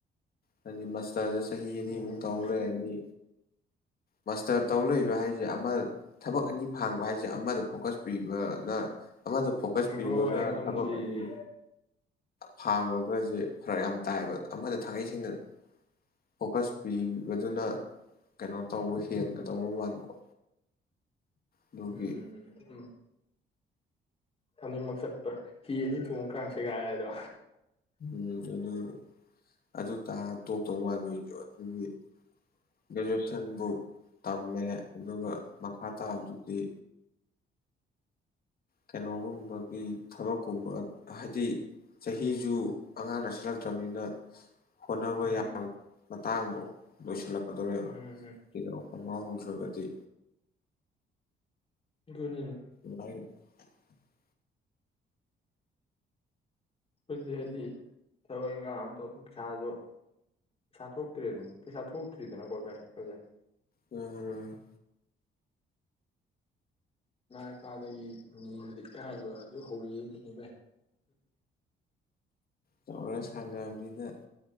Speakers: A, on the left; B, on the left.
A: ꯍꯥꯏꯗꯤ ꯃꯥꯁꯇꯔꯁꯦ ꯆꯍꯤ ꯑꯅꯤꯃꯨꯛ
B: ꯎꯝ
A: ꯇꯧ ꯂꯩꯔꯅꯤ ꯃꯥꯁꯇꯔ
B: ꯎꯝ
A: ꯇꯧ ꯂꯩꯕ ꯍꯥꯏꯁꯦ ꯑꯃ ꯊꯕꯛ ꯑꯅꯤ ꯐꯥꯡꯕ ꯍꯥꯏꯁꯦ ꯑꯃꯗ ꯐꯣꯀꯁ ꯄꯤꯕꯅ ꯑꯃꯗ ꯐꯣꯀꯁ ꯄꯤꯕꯒ
B: ꯍꯣꯏ ꯉꯝꯗ꯭ꯔꯤꯅꯦ
A: ꯊꯕꯛ ꯑꯅꯤ ꯐꯥꯡꯕꯒꯁꯦ ꯐꯔꯛ ꯌꯥꯝ ꯇꯥꯏꯑꯕ ꯑꯃꯗ ꯊꯪꯉꯩꯁꯦꯡ ꯁꯤꯡꯅ ꯐꯣꯀꯁ ꯄꯤꯕꯗꯨꯅ ꯀꯩꯅꯣ ꯇꯧꯕ ꯍꯦꯟꯒꯗꯧꯕ ꯃꯥꯟꯕ ꯑꯗꯨꯒꯤ
B: ꯎꯝ ꯎꯝ ꯑꯅꯤꯃꯛ ꯆꯠꯄ ꯍꯤ ꯑꯅꯤ ꯊꯣꯡꯉ ꯀꯥꯡ ꯁꯦꯒꯥꯏꯗꯣ꯫
A: ꯎꯝ ꯑꯗꯨ ꯑꯗꯨ ꯇ ꯇꯣꯛꯇꯧ ꯃꯜꯂꯦ ꯑꯗꯨꯒꯤ ꯒ꯭ꯔꯦꯖꯨꯑꯦꯁꯟꯕꯨ ꯇꯝꯃꯦ ꯑꯗꯨꯒ ꯃꯈꯥ ꯇꯥꯕꯗꯨꯗꯤ ꯀꯩꯅꯣꯒꯨꯝꯕꯒꯤ ꯊꯕꯛꯀꯨꯝꯕ ꯍꯥꯏꯗꯤ ꯆꯍꯤꯁꯨ ꯑꯉꯥꯡ ꯅꯁꯤꯜꯂꯛꯇ꯭ꯔꯕꯅꯤꯅ ꯍꯣꯠꯅꯕ
B: ꯎꯝ
A: ꯌꯥꯕ ꯃꯇꯥꯡꯗꯣ ꯂꯣꯏꯁꯤꯜꯂꯛꯀꯗꯧꯔꯦꯕ
B: ꯎꯝ
A: ꯁꯤꯅ ꯍꯧꯗ꯭ꯔꯒꯗꯤ
B: ꯗꯨꯅꯤꯅꯦ
A: <unintelligible>
B: ꯑꯩꯈꯣꯏꯁꯤ ꯍꯥꯏꯗꯤ ꯊꯕꯛ ꯏꯪꯈꯥꯡ ꯑꯃ ꯇꯧ ꯄꯩꯁꯥꯁꯨ ꯄꯩꯁꯥ ꯊꯣꯛꯇ꯭ꯔꯦꯗꯅ ꯄꯩꯁꯥ ꯊꯣꯛꯇ꯭ꯔꯤꯗꯅꯀꯣ ꯚꯥꯏ ꯑꯩꯈꯣꯏꯁꯦ꯫
A: ꯎꯝ
B: ꯏꯃꯥ ꯏꯄꯥꯗꯒꯤ ꯅꯤꯕꯗ ꯏꯀꯥꯏꯕ ꯑꯗꯨ ꯍꯧꯔꯛꯑꯦꯅꯤ ꯚꯥꯏ
A: ꯆꯥꯎꯔ ꯁꯪꯉ ꯑꯅꯤꯅ